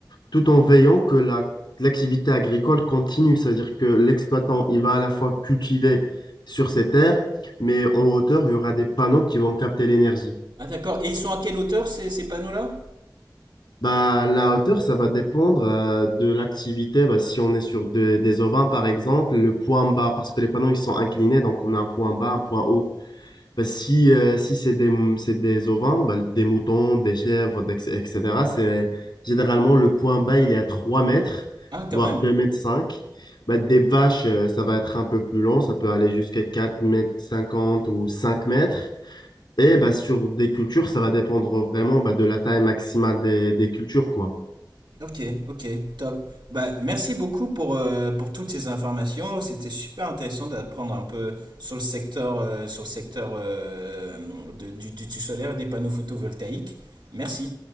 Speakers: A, on the left (about 85°); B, on the right (about 85°).
A: tout en veillant que la, l'activité agricole continue. Ça veut dire que l'exploitant, il va à la fois cultiver sur ses terres, mais en hauteur, il y aura des panneaux qui vont capter l'énergie.
B: Ah d'accord. Et ils sont à quelle hauteur ces, ces panneaux-là?
A: Bah, la hauteur, ça va dépendre euh, de l'activité. Bah, si on est sur des des ovins, par exemple, le point bas, parce que les panneaux, ils sont inclinés, donc on a un point bas, un point haut. Parce que si euh, si c'est des, c'est des ovins, bah, des moutons, des chèvres, d'ex- etc., c'est généralement le point bas, il est à 3 mètres,
B: Ah
A: voire
B: quand même.
A: deux mètres cinq Bah, des vaches, euh, ça va être un peu plus long, ça peut aller jusqu'à 4 mètres 50 ou 5 mètres. Et bah, sur des cultures, ça va dépendre vraiment bah, de la taille maximale des, des cultures, quoi.
B: Ok, ok, top. Bah merci beaucoup pour, euh, pour toutes ces informations. C'était super intéressant d'apprendre un peu sur le secteur, euh, sur le secteur euh, de- du, du solaire et des panneaux photovoltaïques. Merci.